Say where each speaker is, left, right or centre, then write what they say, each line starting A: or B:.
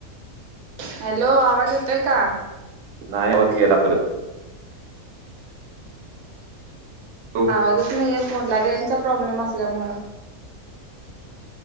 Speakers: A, on the right; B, on the right.
A: हॅलो आवाज येतोय का?
B: नाही आवाज गेला परत हॅलो
A: आवाजच नईये फोनला रेंचा प्रॉब्लेम असल्यामुळं